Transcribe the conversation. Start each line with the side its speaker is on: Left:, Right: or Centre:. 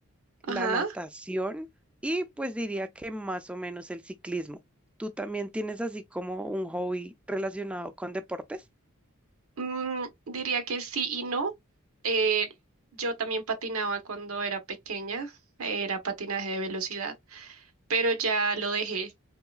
Right: ajá.
Centre: la natación y pues diría que más o menos el ciclismo. ¿Tú también tienes así como un hobby relacionado con deportes?
Right: Mm, diría que sí y no. Eh, yo también patinaba cuando era pequeña, era patinaje de velocidad, pero ya lo dejé,